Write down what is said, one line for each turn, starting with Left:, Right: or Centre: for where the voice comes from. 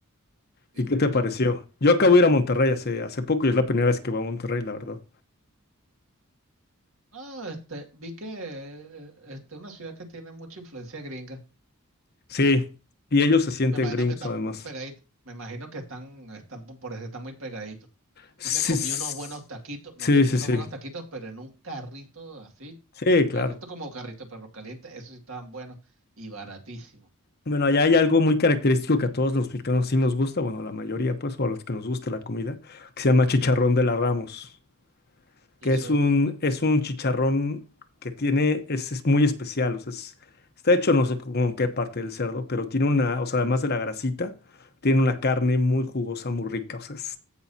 Right: Y
Left: ¿Y qué te pareció?
Right: yo no-
Left: Yo acabo de ir a Monterrey hace, hace poco y es la primera vez que voy a Monterrey, la verdad.
Right: ah, este, vi que eh, este, una ciudad que tiene mucha influencia gringa.
Left: Sí. Y ellos se sienten
Right: Me imagino
Left: gringos,
Right: que están
Left: además.
Right: pegaditos. Me imagino que están, están po- por eso están muy pegaditos.
Left: Sí,
Right: Sí, me comí
Left: s-
Right: unos buenos taquitos, me
Left: sí,
Right: comí
Left: sí.
Right: unos
Left: Sí,
Right: buenos taquitos, pero en un carrito así,
Left: Sí, claro.
Right: carrito como carrito de perro caliente, esos sí estaban buenos y baratísimos.
Left: Bueno, allá hay algo muy característico que a todos los mexicanos sí nos gusta, bueno, a la mayoría, pues, o a los que nos gusta la comida, que se llama chicharrón de la Ramos.
Right: Y
Left: que
Right: eso,
Left: es un, es un chicharrón que tiene, es, es muy especial, o sea, es- está hecho no sé con qué parte del cerdo, pero tiene una, o sea, además de la grasita, tiene una carne muy jugosa, muy rica, o sea, es-